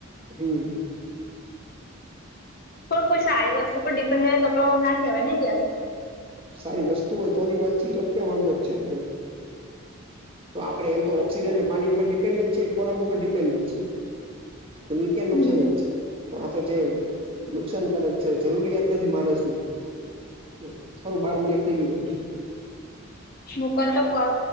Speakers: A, on the right; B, on the left.
A: હમ.
B: પણ કોઈ સારી વસ્તુ પર ડિપેન્ડ રે તો તો ના કહેવાયને વ્યસન.
A: સારી વસ્તુ હોય તોની વાત છે તો ક્યાં વાંધો જ છે આપડે. તો આપડે એમ તો ઓક્સિજન ને પાણી ઉપર ડિપેન્ડ જ છે, ખોરાક ઉપર ડિપેન્ડ જ છીએ. એની ક્યાં નુંકસાન
B: હમ
A: જ છે. પણ આ તો જે નુકસાનકારક છે. જરૂરિયાત નથી માણસ ને. હહ સારું બાર મિનિટ થઈ ગી છે આપડી.
B: મૂકો ને તો કોલ.